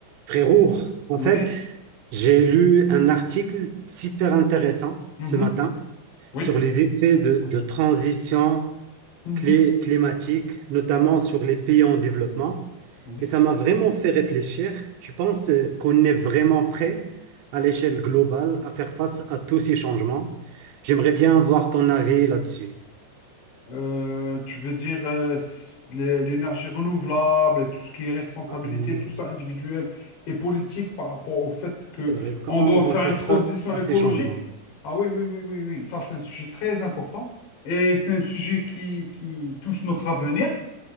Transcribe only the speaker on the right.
Frérot, en
fait, j'ai lu un article super intéressant
ce matin
sur les effets de, de transition
clé- climatique, notamment
sur les pays en développement.
Et ça m'a vraiment fait réfléchir. Je pense euh, qu'on est vraiment prêt à l'échelle globale à faire face à tous ces changements. J'aimerais bien voir ton avis là-dessus.
Ah oui,
c'est vrai. Comment
on
va faire
face à
ces changements?